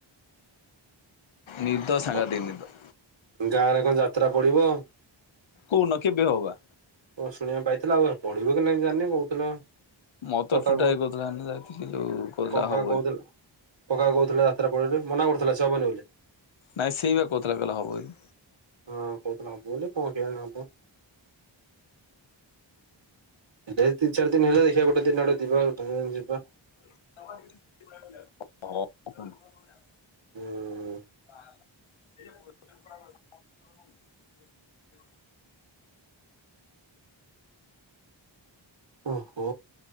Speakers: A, on the left; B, on the right.
A: ନିଦ ସାଙ୍ଘାତିକ
B: ହଁ
A: ନିଦ।
B: ଗାଁରେ କଣ ଯାତ୍ରା ପଡିବ?
A: କଉନ କେବେ ହବ ବା?
B: ଓ ଶୁଣିବାକୁ ପାଇଥିଲା ଆଉ ପଢିବ କି ନାଇ ଜାଣିନି କହୁଥିଲା
A: ମତେ
B: କକା
A: ଟୁଟାଏ
B: କହୁ
A: କହୁଥିଲା ଯାଇଥିଲି ଯୋଉ କହୁଥିଲା
B: କକା
A: ହବ ବୋଲି।
B: କହୁଥି କକା କହୁଥିଲେ ଯାତ୍ରା ପଡିବ ବୋଲି ମନା କରୁଥିଲା ସେ ହେବନି ବୋଲି।
A: ନାଇଁ ସେଇ ବା କହୁଥିଲା କହିଲା ହେବ ବୋଲି।
B: ହଁ କହୁଥିଲା ହବ ବୋଲି। କଣ କେଜାଣି ହବ? ଦେ ତିନି ଚାରି ଦିନ ହେଲେ ଦେଖିଆ ଗୋଟେ ଦିନ ଆଡେ ଯିବା ଗୋଟେ ଦିନ ଯିବା।
A: <unintelligible> ହଁ।
B: ହୁଁ।
A: <unintelligible>
B: ଓହୋ।